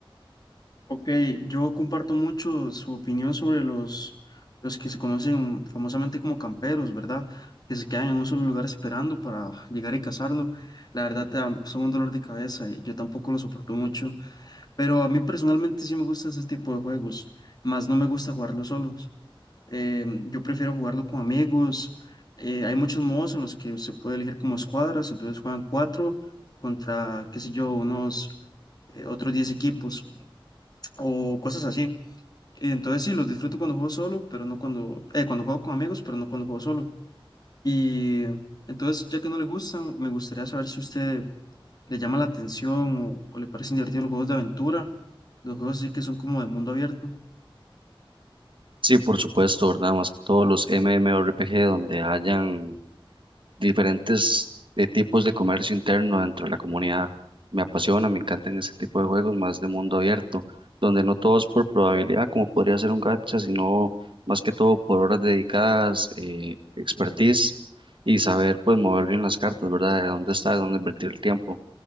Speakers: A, on the left; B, on the right.
A: Ok, yo comparto mucho su opinión sobre los, los que se conocen famosamente como camperos, ¿verdad? Que se quedan en un solo lugar esperando para llegar y cazarlo. La verdad, tam- son un dolor de cabeza y yo tampoco lo soporto mucho. Pero a mí personalmente sí me gusta ese tipo de juegos, más no me gusta jugarlo solos. Em, yo prefiero jugarlo con amigos. Eh, hay muchos modos en los que se puede elegir como escuadras, entonces juegan cuatro contra, qué sé yo, unos eh, otros diez equipos o cosas así. Y entonces sí, los disfruto cuando juego solo, pero no cuando, eh, cuando juego con amigos, pero no cuando juego solo. Y entonces, ya que no le gustan, me gustaría saber si a usted le llama la atención o, o le parecen divertidos los juegos de aventura, los juegos sí que son como de mundo abierto.
B: Sí, por supuesto, nada más que todos los MMORPG donde hayan diferentes eh, tipos de comercio interno dentro de la comunidad. Me apasiona, me encantan ese tipo de juegos más de mundo abierto, donde no todo es por probabilidad, como podría ser un gacha, sino más que todo por horas dedicadas, eh, expertise y saber pues mover bien las cartas, ¿verdad? De dónde estar, dónde invertir el tiempo.